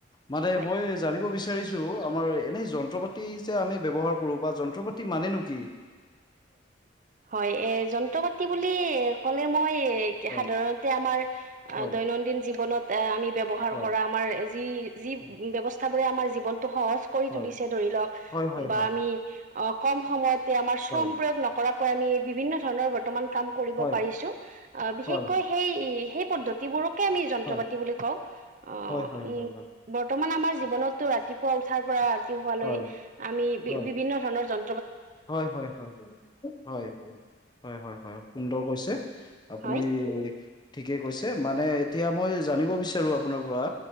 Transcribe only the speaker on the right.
হয়
হয় এ যন্ত্ৰ পাতি বুলি ক'লে মই
সাধাৰণতে আমাৰ
দৈনন্দিন জীৱনত আমি ব্যৱহাৰ
কৰা আমাৰ যি যি
ব্যৱস্থা আমাৰ জীৱনতটো সহজ কৰি
তুলিছে ধৰি লওক
বা
আমি
অ কম সময়ত আমাৰ শ্ৰম
প্ৰয়োগ নকৰাকৈ আমি বিভিন্ন ধৰণৰ বৰ্তমান কাম কৰিব
পাৰিছো, আহ বিশেষকৈ
সেই-সেই পদ্ধতিবোৰক এটোকে আমি যন্ত্ৰ
পাতি বুলি কওঁ, অ',
উম,
বৰ্তমান আমাৰ জীৱনত ৰাতিপুৱা উঠাৰ পৰা ৰাতি শুৱালই
আমি বি-বিভিন্ন
ধৰণৰ যন
হয়,